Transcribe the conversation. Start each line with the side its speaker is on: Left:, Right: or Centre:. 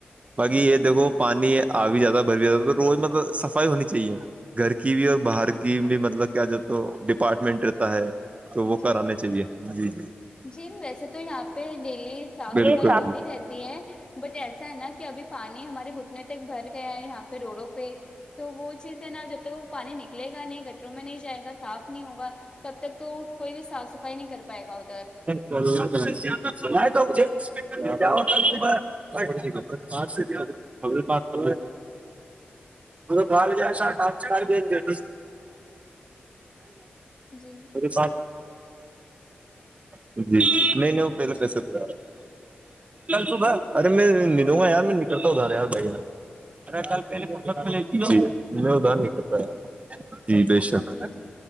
Right: باقی یہ دھو پانی آ بھی جاتا ہے بھر بھی جاتا ہے تو روز میںل صفائی ہونی چاہیے گھر کی بھی اور باہر کی بھی مطلب کیا جو تو ڈپارٹمنٹ رہتا ہے تو
Left: جی
Right: وہ کرانے
Left: جی
Right: چاہیے جی
Left: جی نہیں ویسے تو یہاں پہ ڈیلی صاف
Right: بالکل
Left: صفائی ہوتی رہتی ہے بٹ ایسا ہے نا کہ ابھی پانی ہمارے گھٹنے تک بھر گیا ہے یہاں پہ روڈوں پہ تو وہ چیز ہے نا جب تک وہ پانی نکلے گا نہیں گٹروں میں نہیں جائے گا صاف نہیں ہوگا تب تک تو کوئی بھی صاف صفائی نہیں کر پائے گا ادھر
Right: نہیں تو نہیں جاؤ کل
Left: ہلو
Right: صبح خب پات مالا چار نہیں نہیں
Left: جی
Right: ات جی نہیں نہیں وہ پہلے پیسے
Left: جی
Right: کل صبح ارے میں ندوں
Left: جی
Right: گا یار میں کرا رہا یار بھائی ار ا ک پہ
Left: ہلو
Right: جی میں اد نہیں کرتا ہےار جی بے شک
Left: جی جی